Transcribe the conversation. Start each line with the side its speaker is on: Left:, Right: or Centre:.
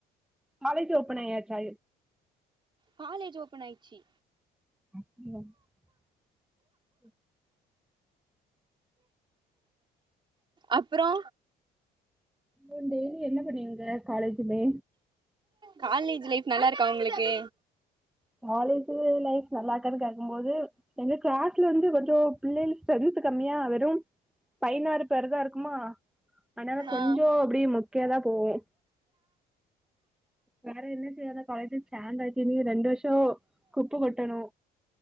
Centre: காலேஜ் ஓபன் ஆயச்சா
Right: காலேஜ் ஓப்பன் ஆய்ச்சி
Centre: <unintelligible>
Right: அப்புறோ
Centre: அ டெய்லி என்ன பண்ணுவீங்க காலேஜுமே
Right: காலேஜ் லைப் நல்லா இருக்கா உங்களுக்கு
Centre: காலேஜு லைப் நல்லா இருக்கான்னு கேட்கும்போது எங்க கிளாஸ்ல இருந்து வந்து கொஞ்சு பிள்ளைங்கு கொஞ்சு சர்வீசு கம்மியா வெரும் பையனாறு பேரு தா இருக்குமா ஆனால கொஞ்சு
Right: ஆ
Centre: அப்படி மொக்கையாதா போவு வேற என்ன செய்த காலேஜ் சேந்தாச்சு இனி ரெண்டு வருஷோ டோ குப்ப கொட்டணு